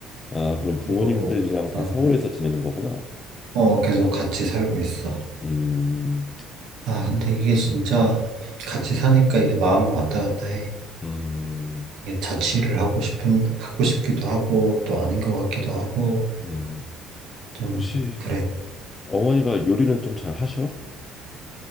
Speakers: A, on the left (about 30°); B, on the right (about 75°).
A: 아, 그럼
B: 그리고
A: 부모님들이랑
B: 뭐,
A: 다
B: 어,
A: 서울에서 지내는 거구나.
B: 어, 계속 같이 살고 있어.
A: 음, 서울.
B: 아, 근데 이게 진짜
A: 음,
B: 같이 사니까 이게 마음이 왔다 갔다 해.
A: 음,
B: 이게 자취를 하고 싶은, 하고 싶기도 하고, 또 아닌 것 같기도 하고,
A: 음.
B: 좀,
A: 혹시
B: 그래.
A: 어머니가 요리는 좀 잘 하셔?